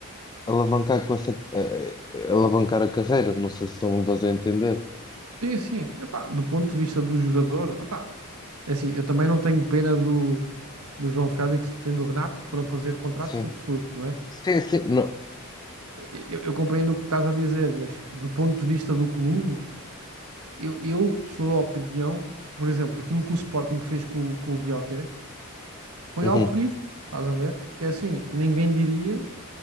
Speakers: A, on the left (about 20°); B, on the right (about 85°).
A: alavancar com essa eh, eh, alavancar a carreira. Não sei se estão a fazer entender.
B: Sim, sim. Epá, do ponto de vista do jogador, epá, é assim, eu também não tenho pena do, do João Félix e do Renato que foram fazer contratos
A: Sim,
B: absurdos, não é?
A: sim, sim, não.
B: Eu, eu compreendo o que estás a dizer, mas do ponto de vista do clube, eu, eu pessoa opinião, por exemplo, aquilo que o Sporting fez com, com o Gyökeres foi
A: Uhum.
B: alto risco, estás a ver? Porque é assim, ninguém diria,